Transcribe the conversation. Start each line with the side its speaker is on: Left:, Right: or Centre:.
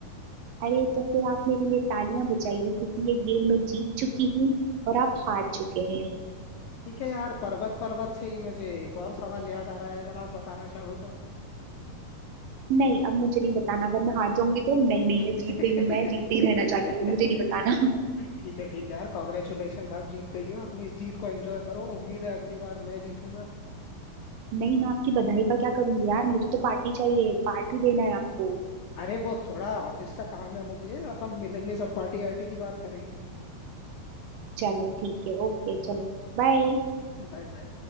Right: अरे तो फिर आप मेरे लिए तालियां बजाइए क्योंकि ये गेम मैं जीत चुकी हूँ और
Left: <laughs>
Right: आप हार चुके हैं
Left: ठीक है यार पर्वत पर्वत से ही मुझे एक और सवाल याद आ रहा है अगर आप बताना चाहो तो
Right: नहीं अब मुझे नहीं बताना अगर मैं हार जाऊंगी तो नहीं नहीं
Left: <laughs> ठीक
Right: मैं जीत गई हूँ मैं जीतती ही रहना चाहती हूँ मुझे नहीं बताना <laughs>
Left: है ठीक है यार कॉन्ग्रेचुलेशन आप जीत गई हो अपनी इस जीत को एंजॉय करो उम्मीद है अगली बार मैं जीतूंगा
Right: नहीं मैं आपकी बधाई का क्या करूंगी यार मुझे तो पार्टी चाहिए पार्टी देना है आपको
Left: अरे वो थोड़ा ऑफिस का काम है मुझे अपन मिलेंगे जब पार्टी आर्टी की बात करेंगे
Right: चलो ठीक है ओके चलो बाय
Left: Bye bye